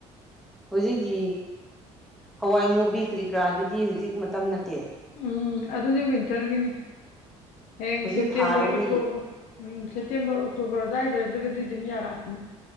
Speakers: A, in the centre; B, on the left.
A: ꯍꯧꯖꯤꯛꯀꯤ ꯍꯋꯥꯏ ꯃꯨꯕꯤ ꯀꯔꯤꯀꯔꯥꯗꯨꯗꯤ ꯍꯧꯖꯤꯛ ꯃꯇꯝ ꯅꯠꯇꯦ
B: ꯎꯝ ꯑꯗꯨꯗꯤ ꯋꯤꯟꯇꯔꯒꯤꯅꯤ ꯍꯌꯦꯡ
A: ꯍꯧꯖꯤꯛ
B: ꯁꯦꯞꯇꯦꯝꯕꯔ
A: ꯊꯥꯔꯗꯤ
B: ꯑꯣꯛꯇꯣꯕꯔ ꯎꯝ ꯁꯦꯞꯇꯦꯝꯕꯔ ꯑꯣꯛꯇꯣꯕꯔ ꯑꯗꯨꯋꯥꯏꯗ꯭ꯔꯒꯗꯤ ꯑꯗꯨꯝ ꯌꯥꯔꯛꯑꯅꯤ